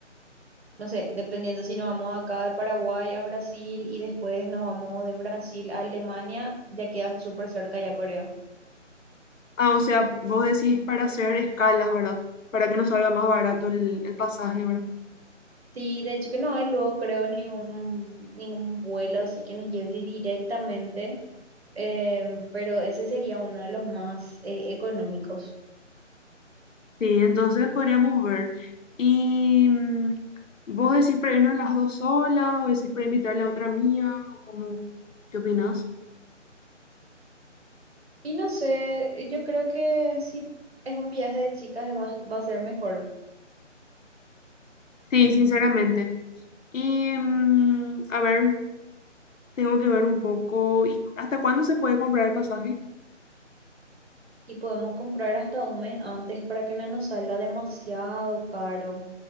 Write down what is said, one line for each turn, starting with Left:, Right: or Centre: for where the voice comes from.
Right: no sé, dependiendo si nos vamos acá de Paraguay a Brasil y después nos vamos de Brasil a Alemania, ya queda súper cerca ya Corea.
Left: Ah, o sea, vos decís para hacer escalas, ¿verdad? Para que nos salga más barato el, el pasaje, ¿verdad?
Right: Sí, de hecho que no hay luego creo ningún, ningún vuelo así que nos lleve directamente, em, pero ese sería uno de los más eh, económicos.
Left: Sí, entonces podríamos ver. Y mm, vos decís para irnos las dos solas, o decís para invitarle a otra amiga, o como, ¿qué opinas?
Right: Y no sé, yo creo que si es un viaje de chicas va, va a ser mejor
Left: Sí, sinceramente. Y mm, a ver, tengo que ver un poco. ¿Y hasta cuándo se puede comprar el pasaje?
Right: y podemos comprar hasta un mes antes para que no nos salga demasiado caro.